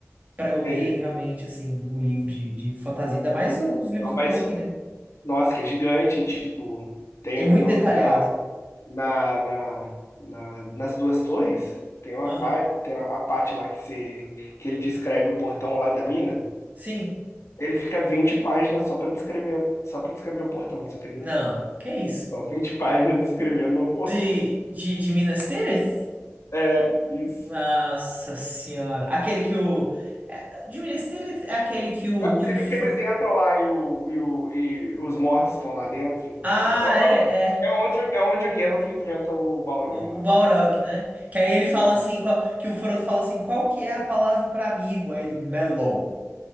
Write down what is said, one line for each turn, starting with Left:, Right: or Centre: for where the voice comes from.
Right: para eu
Left: Entendi.
Right: ler realmente, assim, um livro de, de fantasia, ainda mais o- os livros
Left: Não, mas,
Right: do Tolkien, né?
Left: nossa, que é gigante. Tipo, tem
Right: E muito
Left: no,
Right: detalhado.
Left: na na, na, na- nas duas torres, tem uma
Right: Aham.
Left: parte, tem a a parte lá que, se, que ele descreve o portão lá da mina.
Right: Sim.
Left: Ele fica 20 páginas só para descrever, só para descrever o portão, você acredita?
Right: Não. Que isso?
Left: São 20 páginas descrevendo um
Right: De,
Left: portão. <laughs>
Right: de, de Minas Tirith?
Left: É, isso.
Right: Nossa senhora. Aquele que o. é, De Minas Tirith é aquele que o.
Left: É aquele
Right: Que o Fro-
Left: que eles entram lá e, o, e, o, e os mortos estão lá dentro. Tipo,
Right: Ah,
Left: é, o-
Right: é,
Left: é, o-
Right: é.
Left: é onde, é onde o Gandalf enfrenta o Balrog
Right: O,
Left: lá.
Right: o Balrog, né? Que aí ele fala
Left: Isso.
Right: assim, qual- que o Frodo fala assim, qual que é a palavra para amigo? Aí ele, melon.